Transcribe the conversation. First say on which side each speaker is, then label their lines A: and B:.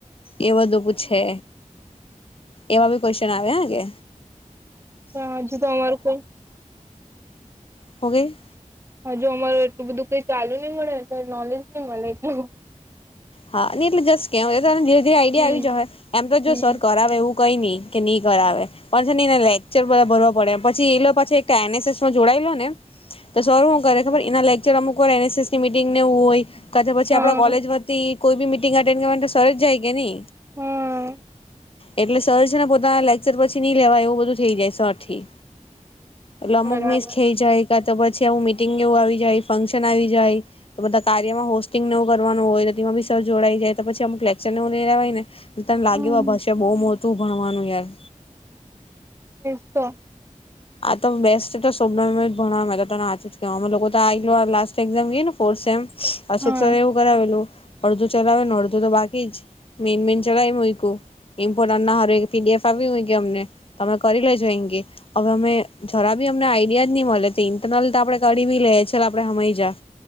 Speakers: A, on the left; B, on the right.
A: એ બધું પૂછે. એવા બી ક્વેશ્ચન આવે હકે.
B: અચ્છા હજુ તો અમારે તો.
A: ઓકે.
B: હજુ અમાર એલું બધું કઈ ચાલુ નહી મળે એટલે નોલેજ નહીં મને એટલું.
A: હા ને એટલે જસ્ટ કેવય તોને ધીરે ધીરે આઈડિયા
B: હમ
A: આવી જાસે એમ તો
B: હમ
A: જો સર કરાવે એવું. કઈ નઇ કે નહી કરાવે પણ છે નહી લે. ક્ચર બધા ભરવા પડે પછી એ પાછુ એક એનએસએસમાં જોડાયેલો ને તો સર હું કરે
B: હમ
A: ખબર એનાક. અમુક વાર એનએસએસની મિટીંગને એવું હોય કા તો પછી
B: હા
A: આપડા કોલેજ વતી કોઈ બી મીટિંગ અટેન્ડ કરવા તો સર જ જાય કે નય.
B: હમ.
A: એટલે સર છે ને પોતાના લેક્ચર પછી નઈ લેવાય એવું બધું થઈ જાય સર થી. એટલે અમુક
B: બરાબર
A: મિસ થઈ જાય. કાં તો પછી આવું મીટિંગ એવું આવી જાય, ફંક્શન આવી જાય, તો બધા કાર્યમાં હો સ્ટીંગને એવુ કરવાનું હોય તો તેમાં ભીઃ સર જોડાઈ જાય તો પછી અમુક લેક્ચર નો ભર્યા ને, તને લાગે
B: હમ
A: કે બહુ મોટુ ભણવાનું યાર.
B: એજ તો.
A: આ તો બેસ્ટ તોોભના ભણને આચ જ કે અ લોકો તો આ લ્ટ એઝામ ગય ને ફોર સેમ. અશુક
B: હા
A: સર એ એવું કરાવેલું, અડધું ચલાવે ને અડધું તો બાકી જ. મેન મેન ચલાવી મુયકુ. ઇમ્પોર્ટ ના પીડીએફ આવી હો કે અમને, તમે કરી લેજો એમ કે. હવે અમે જરા બી અમને આઈડિયા જ નહી મળે ઇન્ટરનલ તો આપડે કરી બી લેઇએ ચાલ આપડે સમજ્યા.